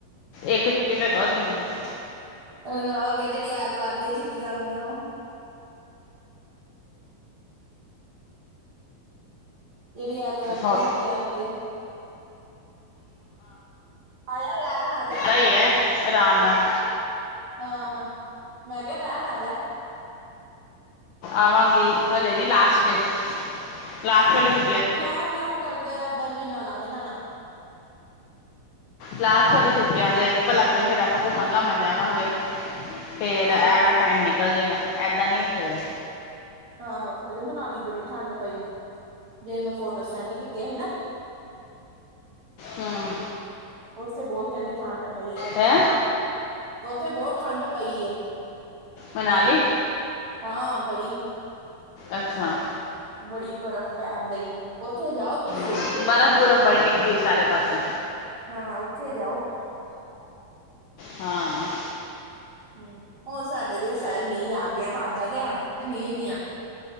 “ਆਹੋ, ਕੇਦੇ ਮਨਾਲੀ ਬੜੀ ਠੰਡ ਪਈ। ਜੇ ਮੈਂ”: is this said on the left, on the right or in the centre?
Right